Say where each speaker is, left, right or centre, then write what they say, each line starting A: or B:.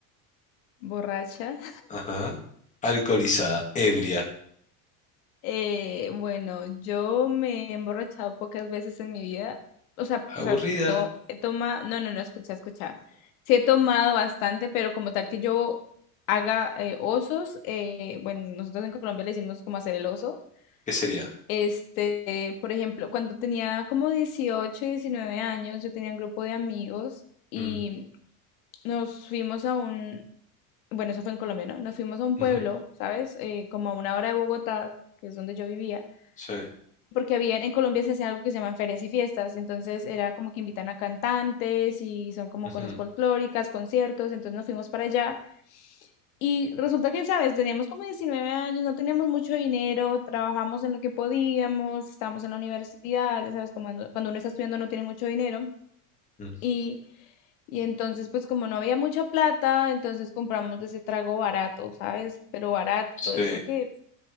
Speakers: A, on the left; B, on the left.
A: borracha. <laughs>
B: Ajá. Alcoholizada, ebria,
A: Eh, bueno, yo me he emborrachado pocas veces en mi vida, o sea,
B: aburrida,
A: o sea, si to- he tomado, no, no, no, escucha, escucha, sí he tomado bastante, pero como tal que yo haga eh, osos, eh, bueno, nosotros en Colombia le decimos como hacer el oso
B: ¿qué sería?
A: Este, por ejemplo, cuando tenía como 18 19 años, yo tenía un grupo de amigos y
B: Mm,
A: nos fuimos a un, bueno, eso fue en Colombia, ¿no? Nos fuimos a un pueblo,
B: ujú,
A: ¿sabes? Eh, como a una hora de Bogotá, que es donde yo vivía,
B: Sí,
A: porque había, en Colombia se hace algo que se llaman ferias y fiestas, entonces era como que invitan a cantantes y son como
B: ujú,
A: cosas folclóricas, conciertos, entonces nos fuimos para allá y resulta que, ¿sabes? Teníamos como 19 años, no teníamos mucho dinero, trabajamos en lo que podíamos, estábamos en la universidad, ya ¿sabes? Como cuando, cuando uno está estudiando no tiene mucho dinero.
B: mm,
A: Y, y entonces, pues como no había mucha plata, entonces compramos de ese trago barato, ¿sabes? Pero barato,
B: sí,
A: eso que...